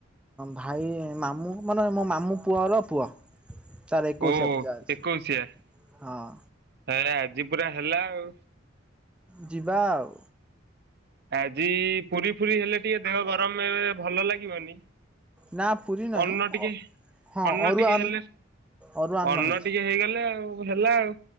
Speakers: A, in the centre; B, on the right.
A: ଭାଇ ମାମୁଁ ମାନେ ମୋ ମାମୁଁ ପୁଅର ପୁଅ। ତାର ଏକୋଇଶିଆ
B: ଓଃ
A: ପୂଜା ଅଛି।
B: ଏକୋଇଶିଆ ତାହାଲେ
A: ହଁ
B: ଆଜି ପୁରା ହେଲା ଆଉ।
A: ଯିବା ଆଉ।
B: ଆଜି ପୁରି ଫୁରି ହେଲେ ଟିକେ ଦେହ ଗରମ ଏବେ ଭଲ ଲାଗିବନି।
A: ନା ପୁରୀ ନାହିଁ
B: ଅନ୍ନ ଟିକେ
A: ହଁ
B: ଅନ୍ନ
A: ଅରୁଆ
B: ଟିକେ ହେଲେ
A: ଅରୁଆ
B: ଅନ୍ନ
A: ହେଇଛି
B: ଟିକେ ହେଇଗଲେ ଆଉ। ହେଲା ଆଉ।